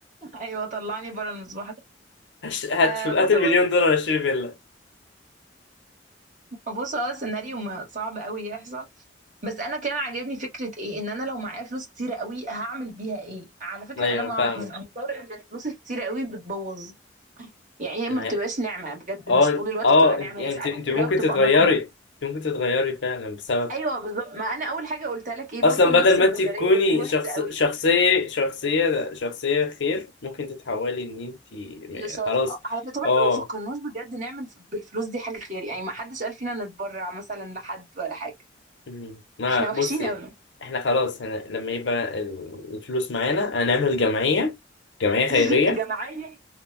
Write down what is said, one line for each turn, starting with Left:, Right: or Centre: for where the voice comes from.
Right: ايوه طلعني بره المصباح
Left: هش- هات
Right: آه
Left: شو
Right: بص
Left: هات المليون
Right: هو
Left: دولار اشتري فيلا
Right: بص هو السيناريو ما- صعب قوي يحصل بس انا كان عاجبني فكره ايه ان انا لو معايا فلوس كتيره قوي هعمل بيها ايه على فكره
Left: ايوه
Right: انا مع
Left: فاهمه
Right: من انصار ان الفلوس الكتيره قوي بتبوظ يعني هي
Left: ما
Right: ما بتبقاش
Left: هي-
Right: نعمه بجد
Left: اه
Right: مش طول الوقت
Left: اه
Right: بتبقى نعمه
Left: انت يعني
Right: هي ساعات
Left: انت انت
Right: كتير
Left: ممكن
Right: قوي بتبقى
Left: تتغيري
Right: نقمه
Left: انت ممكن تتغيري فعلا بسبب
Right: ايوه بالظبط ما انا اول حاجه قلتها لك ايه برضو
Left: اصلا بدل
Right: النفس البشريه
Left: ما انت تكوني
Right: دي وحشه
Left: شخص
Right: قوي
Left: شخصيه شخصيه شخصيه خير ممكن تتحولي ان انت م-
Right: لشرط
Left: خلاص
Right: آه، على فكره طب احنا
Left: اه
Right: ما فكرناش بجد نعمل ف- بالفلوس دي حاجه خير يعني ما حدش قال فينا نتبرع مثلا لحد ولا حاجه
Left: مم. ما
Right: احنا
Left: بصي
Right: وحشين قوي
Left: احنا خلاص هنا لما يبقى ال- الفلوس معانا هنعمل جمعيه جمعيه خيريه
Right: <laughs> جمعيه